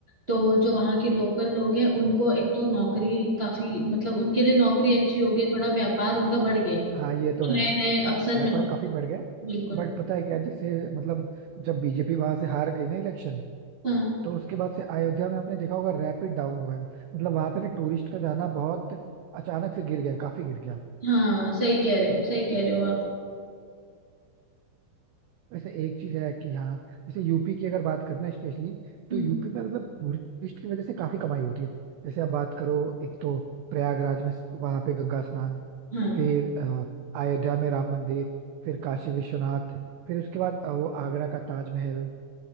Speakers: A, on the right (about 35°); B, on the right (about 85°).
A: तो जो वहाँ के लोकल लोग हैं उनको एक तो नौकरी काफी मतलब उनके लिए नौकरी अच्छी हो गई थोड़ा व्यापार उनका बढ़ गया है
B: हाँ ये
A: तो
B: तो है
A: नए नए अवसर
B: व्यापार
A: मिल रहे हैं।
B: काफी बढ़ गया
A: बिल्कुल
B: बट पता है क्या जैसे मतलब जब बीजेपी वहां से हार गई ना इलेक्शन
A: हाँ
B: तो उसके बाद से अयोध्या में आपने देखा होगा रैपिड डाउन हुआ है मतलब वहां पे ना टूरिस्ट का जाना बहुत अचानक से गिर गया काफी गिर गया
A: हाँ सही कह रहे हो सही कह रहे हो आप
B: वैसे एक चीज है कि हाँ जैसे यूपी की अगर बात करना स्पेशली तो
A: हम्म,
B: यूपी में मतलब टूरिस्ट की वजह से काफी कमाई होती है जैसे आप बात करो एक तो प्रयागराज में वहां पे गंगा स्नान
A: हाँ
B: फिर अ, अयोध्या में राम मंदिर फिर काशी विश्वनाथ फिर उसके बाद अ, वो आगरा का ताजमहल